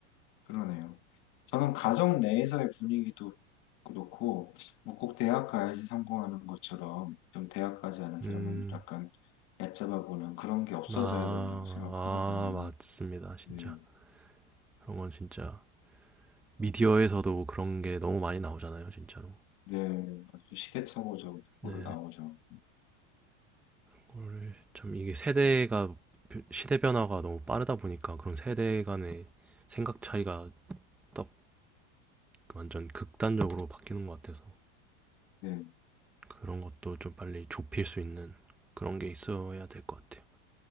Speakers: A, on the left; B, in the centre.
A: 그러네요. 저는 가정 내에서의 분위기도 그렇고, 뭐 꼭 대학 가야지 성공하는 것처럼, 좀 대학 가지 않은
B: 음,
A: 사람은 약간 얕잡아 보는 그런 게 없어져야
B: 아,
A: 된다고 생각하거든요.
B: 아, 맞습니다. 진짜.
A: 네,
B: 그런 건 진짜 미디어에서도 그런 게 너무 많이 나오잖아요, 진짜로.
A: 네, 아주 시대착오적으로
B: 네.
A: 나오죠.
B: 그걸 참 이게 세대가 시대 변화가 너무 빠르다 보니까 그런 세대 간의 생각 차이가 딱 완전 극단적으로 바뀌는 것 같아서
A: 네,
B: 그런 것도 좀 빨리 좁힐 수 있는 그런 게 있어야 될 것 같아요.